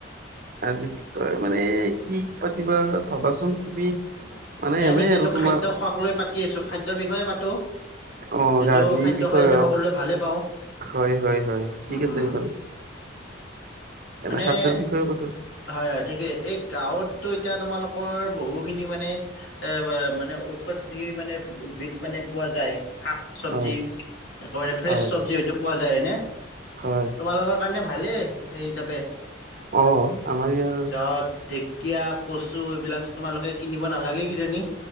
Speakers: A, on the right; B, on the left.
A: আজি বিষয় মানে কি পাতিবা ভবাচোন তুমি মানে
B: নে
A: এনেই
B: আমি যিহেতু
A: আৰু তোমাৰ
B: খাদ্য খোৱাক লৈ পাতি আছো খাদ্যৰ বিষয়ে পাতো
A: অ',
B: যিটো
A: গাড়ীৰ
B: খাদ্য
A: বিষয়ে
B: খাই আমি
A: হওঁক
B: সকলোৱে ভালে পাওঁ
A: হয় হয় হয় ঠিক
B: উম,
A: আছে
B: উম,
A: এইফাল এনে
B: মানে
A: খাদ্যৰ বিষয়েও কথা
B: হয় হয় ঠিকেই এই গাঁৱতো এতিয়া তোমালোকৰ বহুখিনি মানে এ মানে ও যি মানে উদ্ভিদ মানে পোৱা যায় শাক চবজি
A: হয়
B: এক ফ্ৰেচ
A: হয়
B: চব্জি হয়টো পোৱা যায় হয়নে
A: হয়
B: তোমালোকৰ কাৰণে ভালেই সেই হিচাপে
A: অ, আমাৰ ইয়াৰ -
B: ত ঢেকীয়া কচু এইবিলাকতো তোমালোকে কিনিব নালাগে কিজানি?